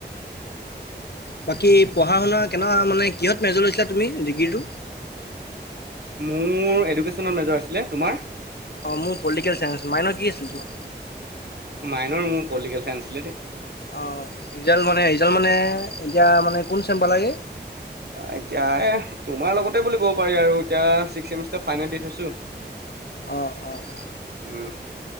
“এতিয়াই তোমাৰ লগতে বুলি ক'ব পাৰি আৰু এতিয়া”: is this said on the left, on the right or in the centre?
Right